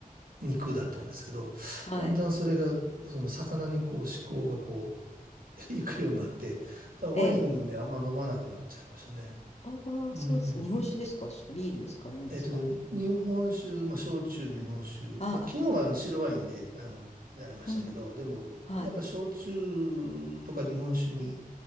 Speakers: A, on the right; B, on the left.
A: う、肉だったんですけど、
B: はい
A: だんだんそれが、その魚にこう、思考がこう、<laughs> いくようになって、だからワインをね、
B: ええ
A: あんま飲まなくなっちゃいましたね。
B: ああ、
A: うん。
B: そうですか。日本酒ですかちょっとビールですか何ですか
A: えっと、日本酒、まあ、焼酎、日本酒。
B: ああ、
A: まあ、昨日はあの白ワインで、あの、やりましたけど、
B: うん。
A: でも、
B: はい。
A: やっぱり焼酎とか日本酒に